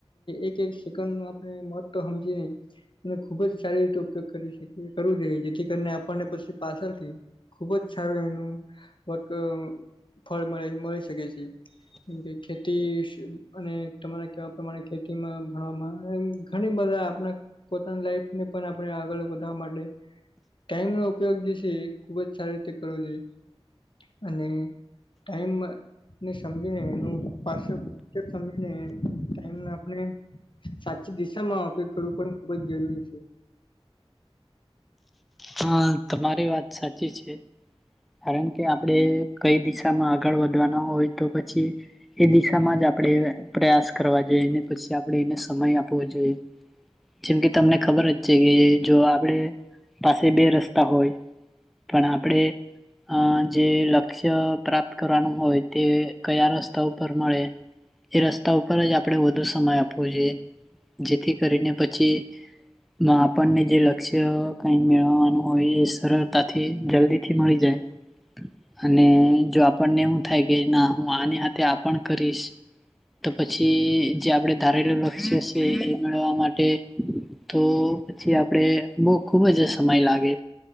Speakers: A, on the left; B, in the centre.
A: એક એક સેકન્ડનું આપણે મહત્વ હમજીએ નય. એ ખુબ જ સારી રીતે ઉપયોગ કરી શકીએ, કરવો જોઈએ. જેથી કરીને આપણને પછી પાછળ ખુબ જ સારું એનું વક ફળ મળે મળી શકે છે.
B: <unintelligible>
A: કે ખેતી અને તમારા કેવા પ્રમાણે ખેતીમાં ભણવામાં એમ ઘણી બધા આપણા પોતાની લાઈફને પણ આપણે આગળ વધારવા માટે ટાઈમનો ઉપયોગ જે છે. એ ખુબ સારી રીતે કરવો જોઈએ અને ટાઈમમાં ને સમજીને, એનું <unintelligible> સમજીને ટાઈમ આપણે- સાચી દિશામાં ઉપયોગ કરવો પણ, ખુબ જ જરૂરી છે.
B: હા તમારી વાત સાચી છે. કારણ કે આપણે કંઈ દિશામાં આગળ વધવાના હોય તો પછી એ દિશામાં જ આપણે પ્રયાસ કરવા જોઈ. ને પછી આપણે એને સમય આપવો જોઈએ. જેમ કે તમને ખબર જ છે કે જો આપણે પાસે બે રસ્તા હોય પણ આપણે અહ જે લક્ષ્ય પ્રાપ્ત કરવાનું હોય, તે કયાં રસ્તા ઉપર મળે એ રસ્તા ઉપર જ આપણે વધુ સમય આપ પવો જોઈએ. જેથી કરીને પછીનો આપણને જે લક્ષ્ય કંઈ મેળવવાનું હોય એ સરળતાથી જલ્દી થી મળી જાય. અને જો આપણને એવું થાય, કે ના હું આને હાથે આ પણ કરીશ. તો પછી જે આપણે ધારેલું લક્ષ્ય છે એ મેળવવા માટે તો પછી આપણે બહુ ખુબ જ સમય લાગે.